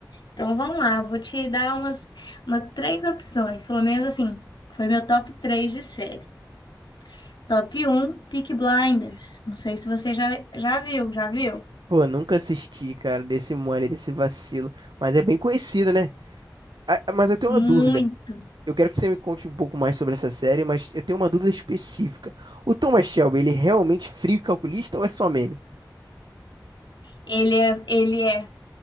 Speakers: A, on the left; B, on the right.
A: Então vamos lá, vou te dar umas, umas três opções, pelo menos assim, foi meu top 3 de séries. Top um, Peaky Blinders. Não sei se você já, já viu, já viu?
B: pô, nunca assisti, cara, desse mole, desse vacilo. Mas é bem conhecido, né? Ah, Mas eu tenho
A: Muito.
B: uma dúvida. Eu quero que você me conte um pouco mais sobre essa série, mas eu tenho uma dúvida específica. O Thomas Shelby, ele é realmente frio e calculista ou é só meme?
A: Ele é, ele é,